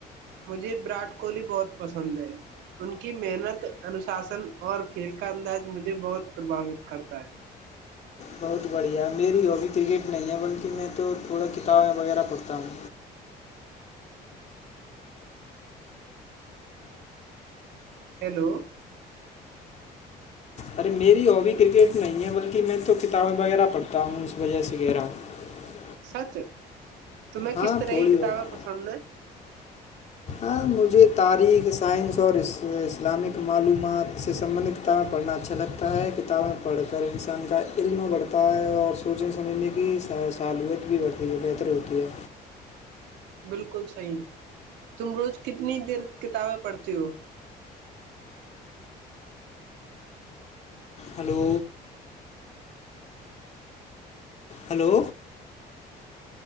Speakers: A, on the right (about 85°); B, on the left (about 40°).
A: مجھے وراٹ کوہلی بہت پسند ہے ان کی محنت انوشاسن اور کھیل کا انداز مجھے بہت پربھاوت کرتا ہے
B: بہت بڑھیا ہے میری ہابی کرکٹ نہیں ہے بلکہ میں تو تھوڑا کتابیں وغیرہ پڑھتا ہوں
A: ہیلو
B: ارے میری ہابی کرکٹ نہیں ہے بلکہ میں تو کتابیں وغیرہ پڑھتا ہوں اس وجہ سے کہہ رہا ہوں
A: سچ تمہیں
B: ہاں
A: کس طرح
B: تھوڑی
A: کی کتابیں
B: بہت
A: پسند ہیں
B: ہاں مجھے تاریخ سائنس اور اسلامک معلومات سے سمبندھت کتابیں پڑھنا اچھا لگتا ہے کتابیں پڑھ کر انسان کا علم بڑھتا ہے اور سوچنے سمجھنے کی سالوت بھی بڑھتی ہے بہتر ہوتی ہے
A: بالکل صحی تم روز کتنی دیر کتابیں پڑھتی ہو
B: ہلو ہلو